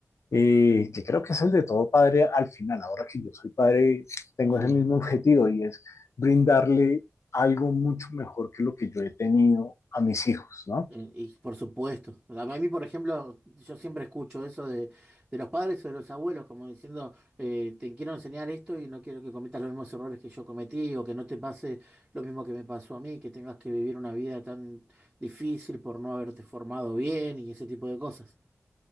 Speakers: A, on the left (about 70°); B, on the right (about 15°).
A: eh, que creo que es el de todo padre al final, ahora que yo soy padre, tengo
B: Sí.
A: ese mismo <laughs> objetivo y es brindarle algo mucho mejor que lo que yo he tenido a mis hijos, ¿no?
B: En- Y por supuesto. A mí, por ejemplo, yo siempre escucho eso de, de los padres o de los abuelos, como diciendo, eh, te quiero enseñar esto y no quiero que cometas los mismos errores que yo cometí o que no te pase lo mismo que me pasó a mí, que tengas que vivir una vida tan difícil por no haberte formado bien y ese tipo de cosas.